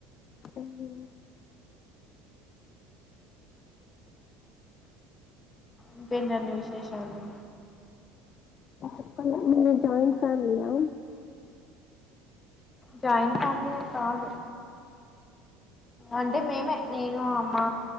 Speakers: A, on the left; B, on the left.
A: ఉమ్ ఉ
B: ఇంకేంటండీ విశేషాలు
A: చెప్పాల మీరు జాయింట్ ఫ్యామిలీయా
B: జాయిట్ ఫ్యామిలి ఏం కాదు అంటే మేమే నేను అ మా